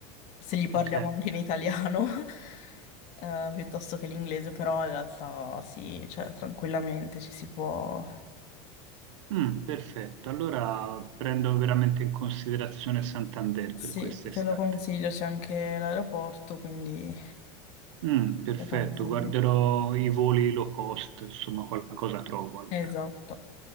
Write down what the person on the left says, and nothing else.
se gli parliamo
anche in italiano <laughs> eh, piuttosto che l'inglese, però in realtà sì, cioè tranquillamente ci si può...
Sì,
te lo consiglio, c'è anche l'aeroporto, quindi
lo consiglio.
Esatto.